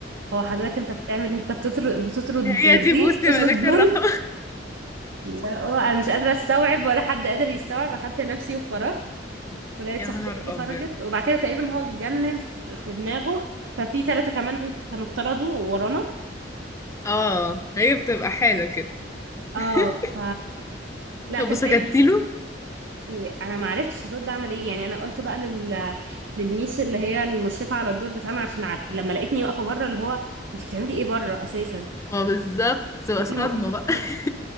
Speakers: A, on the right; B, on the left.
A: هو حضرتك انت بتعمل إيه؟ انت بتطرد بتطرد
B: هي
A: دي
B: دي بوسي
A: بتطرد
B: ملاك
A: دول
B: الرحمة
A: لا، هو انا مش قادرة استوعب ولا حد قادر يستوعب اخدت نفسي وخرجت
B: <laughs>
A: ولقيت
B: يا
A: صاحبتي
B: نهار
A: دي
B: ابيض
A: خرجت وبعد كده تقريبا هو اتجنن في في دماغه ففي ثلاثة كمان كانوا اتطردوا ورانا
B: اه هي بتبقى حالة كده
A: اه
B: <laughs>
A: ف لا
B: طب
A: كان
B: وسكتيله
A: غايب إيه انا ما عرفتش ارد اعمل ايه يعني انا قلت بقى لل... للميس اللي هي المشرفه على الدور بتاعنا عشان عارف لما لقيتني واقفه بره اللي هو انت بتعملي ايه بره اساسا
B: ما بالظبط تبقى
A: انت ايه
B: صدمة
A: اللي موقفك
B: بقى
A: بره
B: <laughs>